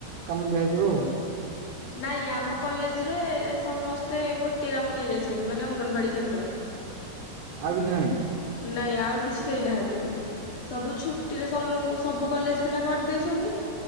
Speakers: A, on the right (about 85°); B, on the left (about 65°).
A: କାମ ଦିଆଯଇଥିବ ଆଉ।
B: ନାଇଁ ଆମ କଲେଜରେ ସମସ୍ତେ ଗୋଟିଏ କାମ ନେଇଯାଇଛନ୍ତି ମାନେ ଅଙ୍ଗନବାଡ଼ି କେନ୍ଦ୍ର।
A: ଆଉ କିଛି ନାହିଁ।
B: ନାଇଁ ଆଉ କିଛି ଦେଇନାହାନ୍ତି। ସବୁ ଛୁଟିରେ ସମୁ- ସବୁ କଲେଜ୍ ପିଲା କରିଦେଇଛନ୍ତି।